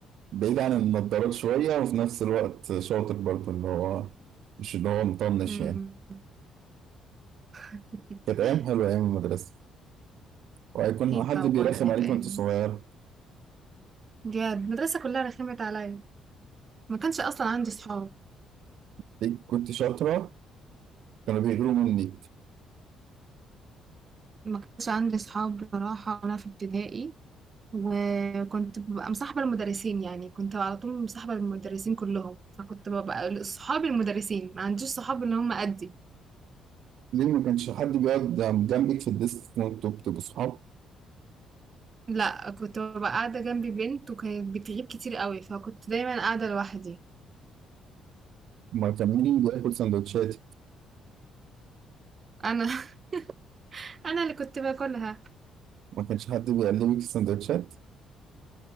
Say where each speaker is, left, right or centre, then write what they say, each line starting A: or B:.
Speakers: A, on the right (about 70°); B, on the right (about 40°).
A: بعيد عن النضارات شوية وفي نفس الوقت شاطر برضه اللي هو مش اللي هو مطنش
B: مم.
A: يعني،
B: <laughs>
A: كانت أيام حلوة أيام المدرسة، وهيكون
B: اكيد
A: حد
B: طبعا
A: بيرخم
B: كانت
A: عليك
B: ايام
A: وأنت صغير،
B: بجد المدرسه كلها رخمت عليا ما كانش اصلا عندي صحاب
A: <laughs> كنت شاطرة كانوا بيغيروا منك
B: ما كانش عندي صحاب بصراحة وأنا في ابتدائي وكنت ببقى مصاحبة المدرسين يعني كنت على طول مصاحبة المدرسين كلهم فكنت ببقى صحاب المدرسين ما عنديش صحاب اللي هم قدي
A: ليه ما كانش حد بيقعد جنبك في الديسك وانتوا بتبقوا صحاب
B: لا كنت ببقى قاعدة جنبي بنت وكانت بتغيب كتير قوي فكنت دايما قاعدة لوحدي
A: ما كان مين بياكل سندوتشات
B: أنا <laughs> أنا اللي كنت باكلها
A: ما كانش حد بيقلبك في السندوتشات